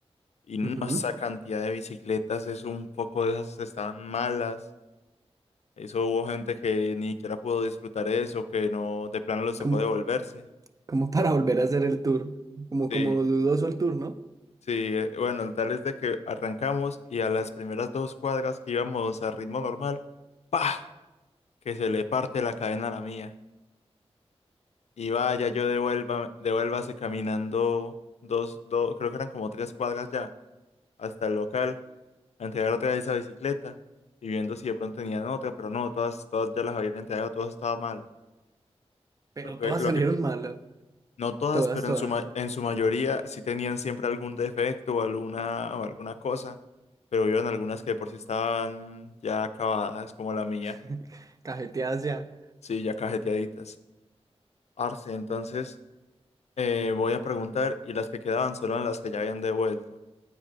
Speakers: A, on the left; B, on the right.
A: Y no,
B: Ujú.
A: esa cantidad de bicicletas es un poco de esas estaban malas. Eso hubo gente que ni siquiera pudo disfrutar eso, que no, de plano les
B: Como,
A: tocó devolverse.
B: como para volver a hacer el tour, como,
A: sí
B: como dudoso el tour, ¿no?
A: Sí, eh, bueno, el tal es de que arrancamos y a las primeras dos cuadras que íbamos a ritmo normal, ¡pah! Que se le parte la cadena a la mía. Y vaya, yo devuelva, devuélvase caminando dos, dos, creo que eran como tres cuadras ya, hasta el local, a entregar otra vez esa bicicleta y viendo si de pronto tenían otra, pero no, todas, todas ya las habían entregado, todo estaba malo.
B: Pero
A: Lo que,
B: todas
A: lo
B: salieron
A: que,
B: malas,
A: No todas,
B: todas,
A: pero
B: todas.
A: en su, ma- en su mayoría sí tenían siempre algún defecto o alguna, o alguna cosa, pero hubieron algunas que de por sí estaban ya acabadas, como la mía,
B: <laughs> Cajeteadas ya.
A: sí, ya cajeteaditas. Arce, entonces eh, voy a preguntar y las que quedaban solo eran las que ya habían devuelto.